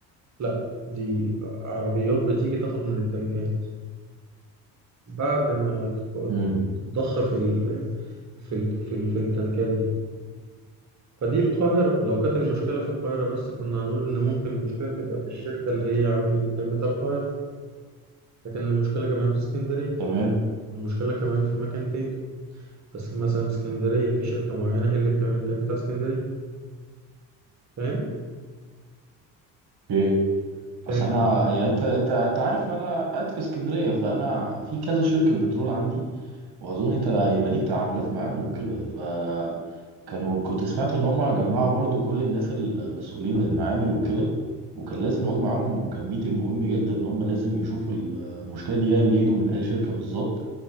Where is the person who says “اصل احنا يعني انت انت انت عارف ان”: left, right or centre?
Right